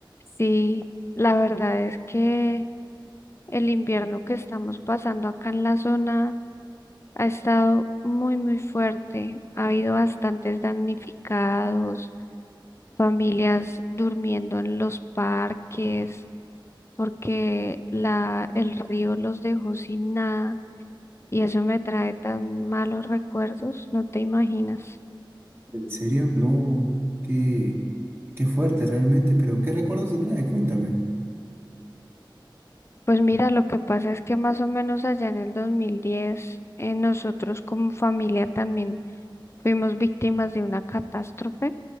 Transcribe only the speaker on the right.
¿En serio? No, qué, qué fuerte realmente, pero ¿qué recuerdos te trae? Cuéntame.